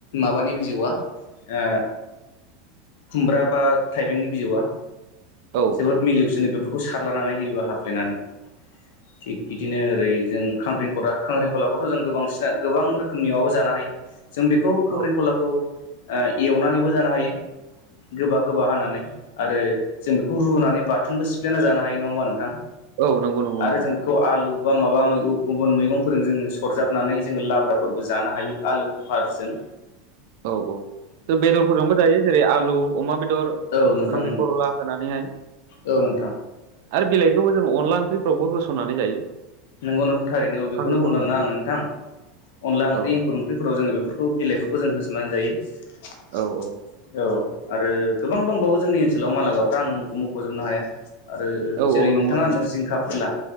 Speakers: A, on the left; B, on the right.
A: माबानि बिजौआ ओ खुमब्रा बा थाइबेंनि बिजौआ
B: औ
A: जोबोद मिलौसोनो बेफोरखौ सारलानानै होयोबा हाफ्लेनानै
B: <inaudible>
A: थिग बिदिनो ओरै जों खांख्रिंखला खांख्रिंखलाखौथ' जों गोबांसिना गोबां रोखोमनिबाबो जानो हायो जों बेखौ
B: औ
A: खख्रिेंखलाखौ ओ एवनानैबो जानो हायो गोबा गोबा हानानै आरो जों बेखौ रुनानै बाथोनबो सिफ्लेना जानो हायो नङा होनबा नोंथां?
B: औ नंगौ नंगौ
A: आरो
B: नंगौ
A: जों बेखौ आलु माबा मैगं गुबुन मैगंफोरजों जोङो सरजाबनानै जोङो लाब्राफोरबो जानो हायो आलुफोरजों।
B: औ औ जों बेदरफोरजोंबो जायो जेरै आलु अमा बेदर
A: औ नोंथां
B: खांख्रिखला
A: नंगौ
B: होनानैहाय।
A: औ नोंथां
B: आरो बिलाइखौबो जों अनला ओंख्रिफ्रावबो होस'ननानै जायो।
A: नोंगौ नोंथां थारैनो औ बेखौनो
B: खांख्रिखरलानि।
A: बुंदोंना आङो नोंथां अनला ओंख्रि
B: औ
A: एंखुर ओंख्रिफोराव जोङो बेफोरखौ बिलाइफोरखौ जों होसोनानै जायो
B: औ औ
A: औ। आरो गोबां दंबावो जोंनि ओनसोलाव मानलागाफ्रा आं मुंखौ मुंख'जोबनो हाया। आरो
B: औ
A: जेरै
B: औ नंगौ
A: नोंथाङा
B: नंगौ
A: होनदों जिंखा, फोरला